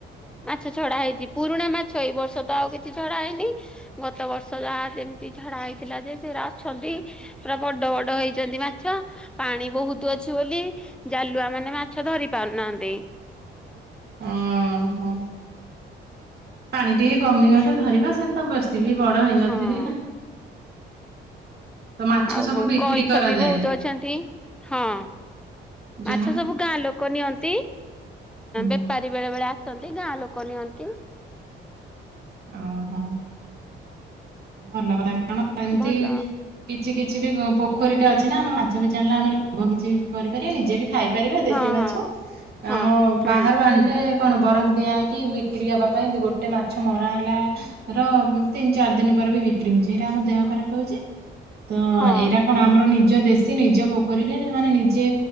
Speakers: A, in the centre; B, on the right (about 55°).
A: ମାଛ ଛଡା ହେଇଛି ପୁରୁଣା ମାଛ ଏଇ ବର୍ଷ ତ ଆଉ କିଛି ଛଡା ହେଇନି। ଗତ ବର୍ଷ ଯାହା ଯେମିତି ଛଡା ହେଇଥିଲା ଯେ ସେରା ଅଛନ୍ତି। ପୁରା ବଡ ବଡ ହେଇଛନ୍ତି ମାଛ। ପାଣି ବହୁତ ଅଛି ବୋଲି ଜାଲୁଆ ମାନେ ମାଛ ଧରି ପାରୁନାହାନ୍ତି।
B: ହଁ ହୋ। ପାଣି ଟିକେ କମିଗଲେ ଧରିବା ସେତ ବେଶୀ ବି ବଡ ହେଇନଥିବେ।
A: ହଁ।
B: ତ ମାଛ
A: ଆଉ
B: ସବୁ ବିକ୍ରି
A: କଇଁଛ
B: କରାଯାଏ
A: ବି ବହୁତ ଅଛନ୍ତି ହଁ। ମାଛ
B: ଯାହା
A: ସବୁ ଗାଁ ଲୋକ ନିଅନ୍ତି
B: ହୁଁ
A: ଆ ପାରି ବେଳେ ବେଳେ ଆସନ୍ତି ଗାଁ ଲୋକ ନିଅନ୍ତି।
B: ଅ ହଁ। ଭଲ କଥା କଣ ଏମିତି
A: ଭଲ
B: କିଛି କିଛି ବି ପୋଖରୀଟା ଅଛି ନା ଆମର ମାଛ ବି ଜାଣିଲେ ଆମେ ଲଙ୍ଗ କିଛି ବି କରିପାରିବା ନିଜେ ବି ଖାଇ ପାରିବା ଦେଶୀ
A: ହଁ
B: ମାଛ
A: ହଁ। ହଁ
B: ଆମ
A: ହୁଁ
B: ବାହାରୁ ଆଣିଲେ କଣ ବରଫ ଦିଆହଇକି ବିକ୍ରି ହେବା ପାଇଁ ଗୋଟେ ମାଛ ମରା ହେଲାର ତିନି ଚାରି ଦିନ ପରେ ବି ବିକ୍ରି ହଉଛି ଏଇଟା ଆମ ଦେହ ଖରାପ ହଉଛି ତ
A: ହଁ।
B: ଏଇଟ କଣ ଆମର ନିଜ ଦେସି ସେ ନିଜ ପୋଖରୀରେ ମାନେ ନିଜେ